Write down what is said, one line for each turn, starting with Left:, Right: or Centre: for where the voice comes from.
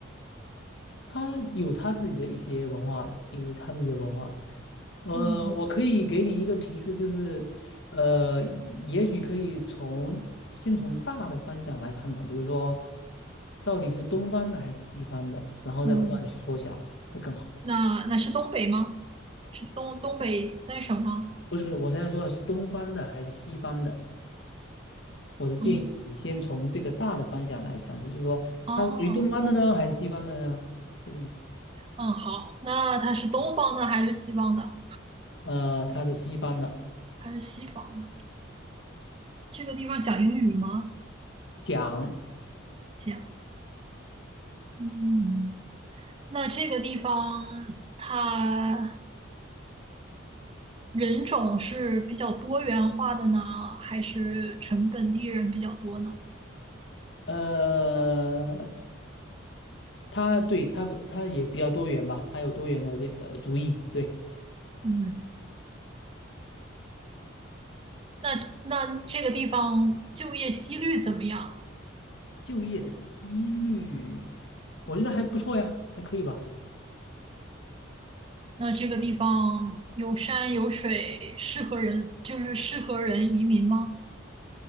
Left: 他有他自己的一些文化，有他自己的文化。呃，
Right: 嗯
Left: 我可以给你一个提示，就是，呃，也许可以从先从大的方向来判断，比如说，到底是东方的还是西方的，然后再不断的去缩小，
Right: 嗯，
Left: 会更好一点。
Right: 那那是东北吗？是东东北三省吗？
Left: 不是不是，我现在说的是东方的还是西方的，我是建议你先从这个大的方向来尝试，
Right: 东，
Left: 就是说，
Right: 哦，
Left: 它是属于东方的呢，还是西方的呢？就这意思。
Right: 嗯，好。那它是东方的还是西方的？
Left: 呃，它是西方的，
Right: 还是西方的。这个地方讲英语吗？
Left: 讲。
Right: 这样，嗯，那这个地方它人种是比较多元化的呢，还是纯本地人比较多呢？
Left: 呃，它对它它也比较多元吧，它有多元的这个主意。对
Right: 嗯，那那这个地方就业几率怎么样？
Left: 就业的几率，我觉得还不错呀，还可以吧。
Right: 那这个地方有山有水，适合人，就是适合人移民吗？